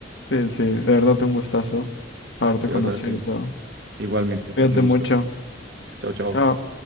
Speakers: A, on the left; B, on the right.
A: Sí, sí, de verdad un gustazo haberte
B: De
A: conocido
B: verdad, sí.
A: y todo.
B: Igualmente,
A: Cuídate
B: un gusto.
A: mucho.
B: Chao, chao.
A: Chao.